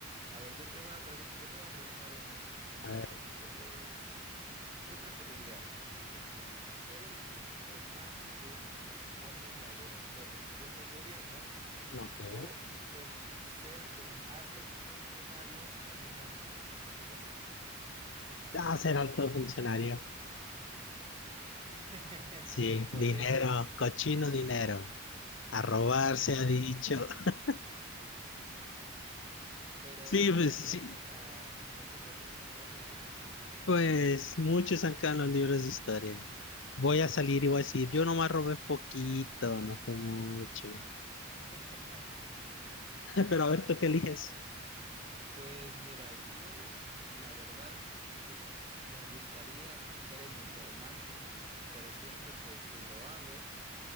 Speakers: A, on the right; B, on the left.
A: A ver, yo te voy a pregu- yo te voy a preguntar una. Este,
B: a ver,
A: ¿qué preferirías? ¿Ser un informante que expone la go- corrupción del gobierno
B: no te.
A: o ser, ser un alto funcionario en una administración corrupta?
B: Ah, ser alto funcionario.
A: <laughs>
B: Sí,
A: ¿Por
B: dinero,
A: qué?
B: cochino dinero. A robar se ha dicho. <laughs>
A: pero
B: Sí, pues
A: quedarías
B: sí,
A: en la, en los libros de la historia, ¿eh?
B: pues muchos han quedado en los libros de historia. Voy a salir y voy a decir, yo nomás robé poquito, no fue mucho.
A: <laughs>
B: Pero a ver, ¿tú qué eliges?
A: Pues mira, yo la verdad es, me gustaría ser el informante, pero siento que si lo hago,